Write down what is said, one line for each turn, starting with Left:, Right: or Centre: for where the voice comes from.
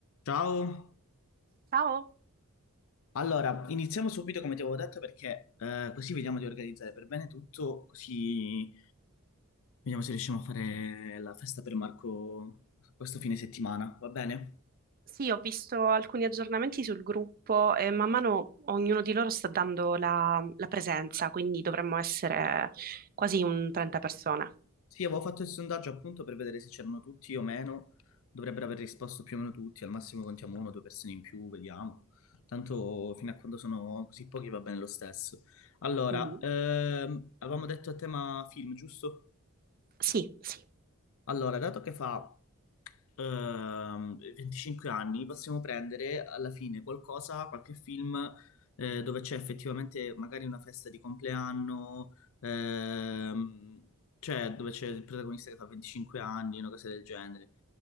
Left: Ciao,
Right: Ciao,
Left: allora iniziamo subito come ti avevo detto perché eh, così vediamo di organizzare per bene tutto, così vediamo se riusciamo a fare la festa per Marco questo fine settimana, va bene?
Right: sì, ho visto alcuni aggiornamenti sul gruppo e man mano ognuno di loro sta dando la, la presenza, quindi dovremmo essere quasi un 30 persone.
Left: Sì, avevo fatto il sondaggio appunto per vedere se c'erano tutti o meno, dovrebbero aver risposto più o meno tutti, al massimo contiamo uno o due persone in più, vediamo. Tanto fino a quando sono così pochi va bene lo stesso. Allora,
Right: Mm,
Left: ehm, avevamo detto a tema film, giusto?
Right: Sì, sì.
Left: Allora, dato che fa ehm, 25 anni, possiamo prendere alla fine qualcosa, qualche film eh, dove c'è effettivamente magari una festa di compleanno, ehm, cioè dove c'è il protagonista che fa 25 anni, una cosa del genere.